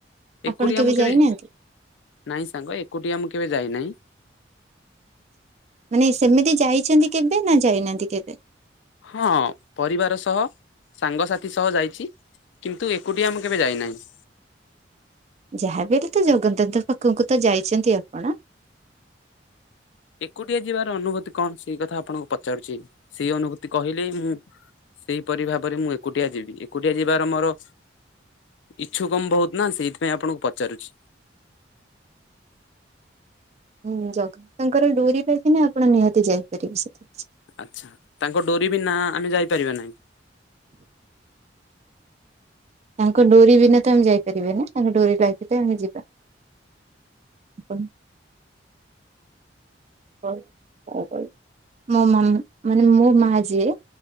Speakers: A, on the right; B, on the left.
A: ଆପଣ
B: ଏକୁଟିଆ ମୁଁ କେବେ
A: ଯାଇନାହାନ୍ତି
B: ନାଇଁ, ସାଙ୍ଗ ଏକୁଟିଆ ମୁଁ କେବେ ଯାଇନାହିଁ।
A: ମାନେ ସେମିତି ଯାଇଛନ୍ତି, କେବେ ନା ଯାଇନାହାନ୍ତି କେବେ?
B: ହଁ ପରିବାର ସହ ସାଙ୍ଗସାଥି ସହ ଯାଇଚି। କିନ୍ତୁ ଏକୁଟିଆ ମୁଁ କେବେ ଯାଇନାହିଁ।
A: ଯାହା ବି ହେଲେ ତ ଜଗଦଥ ପାଖକୁ ତ ଯାଇଛନ୍ତି ଆପଣ।
B: ଏକୁଟିଆ ଯିବାର ଅନୁଭୂତି କଣ ସେଇ କଥା ଆପଣଙ୍କୁ ପଚାରୁଚି ସେଇ ଅନୁଭୂତି କହିଲେ ମୁଁ ସେଇପରି ଭାବରେ ମୁଁ ଏକୁଟିଆ ଯିବି ଏକୁଟିଆ ଯିବାର ମୋର ଇଚ୍ଛୁକ ମୁଁ ବହୁତ୍ ନାଁ ସେଇଥିପାଇଁ ଆପଣଙ୍କୁ ପଚାରୁଛି।
A: ହୁଁ ଜଗନ୍ନାଥଙ୍କ ଡୋରି ଲାଗିଲେ ଆପଣ ନିହାତି ଯାଇପାରିବେ ସେତ।
B: ଆଚ୍ଛା ତାଙ୍କ ଡୋରି ବି ନାଁ ଆମେ ଯାଇପାରିବା ନାହିଁ।
A: ତାଙ୍କ ଡୋରି ବିନା ତ ଆମେ ଯାଇ ପାରିବାନି ତାଙ୍କ ଡୋରି ଲାଗିଲେ ଆମେ ଯିବା। <unintelligible> କଣ କହିବି ମୋ ମାମୁଁ ମାନେ ମୋ ମା ଯିଏ